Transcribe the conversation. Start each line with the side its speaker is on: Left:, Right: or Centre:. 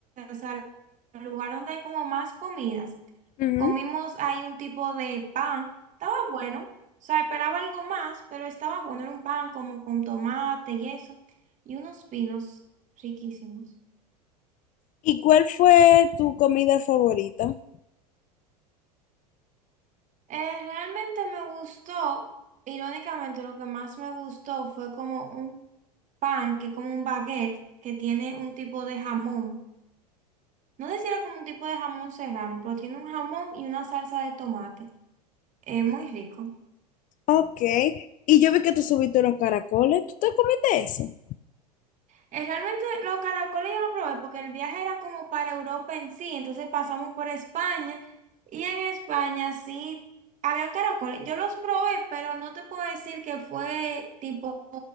Right: o sea, el lugar donde hay como más comidas.
Left: ujú.
Right: Comimos ahí un tipo de pan, estaba bueno, o sea, esperaba algo más, pero estaba bueno, era un pan como con tomate y eso, y unos pinos riquísimos.
Left: ¿Y cuál fue tu comida favorita?
Right: Eh, realmente me gustó, irónicamente lo que más me gustó fue como un pan, que como un baguette, que tiene un tipo de jamón. No sé si era como un tipo de jamón serrano, pero tiene un jamón y una salsa de tomate. Eh, muy rico.
Left: Ok, y yo vi que tú subiste unos caracoles, ¿tú te comiste eso?
Right: Eh, realmente los caracoles yo lo probé porque el viaje era como para Europa en sí, entonces pasamos por España y en España sí había caracoles. Yo los probé, pero no te puedo decir que fue tipo